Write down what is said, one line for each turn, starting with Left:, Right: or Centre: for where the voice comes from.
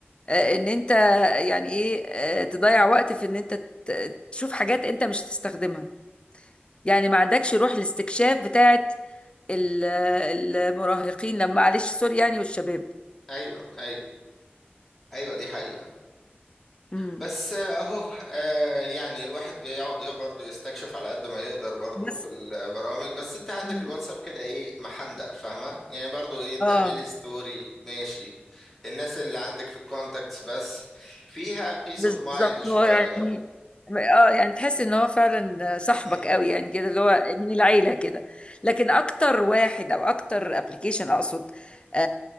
Left: آه، ان انت يعني ايه آه، تضيع وقت في ان انت ت- تشوف حاجات انت مش تستخدمها يعني ما عندكش روح الاستكشاف بتاعت ال- المراهقين لما معلش سوري يعني والشباب
Centre: ايوه ايوه ايوه دي حقيقة
Left: مم.
Centre: بس آه، اهو آه يعني الواحد بيقعد يه- برضه يستكشف على قد ما يقدر برضه
Left: بس
Centre: في البرامج بس انت عندك
Left: مم.
Centre: الواتساب كده ايه محندق فاهمة يعني برضه ايه تعملي
Left: اه
Centre: ستوري ماشي الناس اللي عندك في الكونتاكتس بس فيها بيس
Left: بالظبط
Centre: اوف مايند شوية
Left: هو يعني اه يعني تحس ان هو فعلا صاحبك
Centre: امم
Left: قوي يعني كده اللي هو من العيله كده لكن اكتر واحد او اكتر ابلكيشن اقصد آه